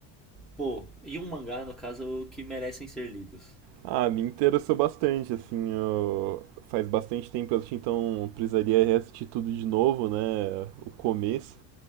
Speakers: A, in the centre; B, on the right.
A: pô, e um mangá, no caso, que merecem ser lidos.
B: Ah, me interessou bastante, assim, eu- faz bastante tempo que eu assisti, então eu precisaria assistir tudo de novo, né? O começo.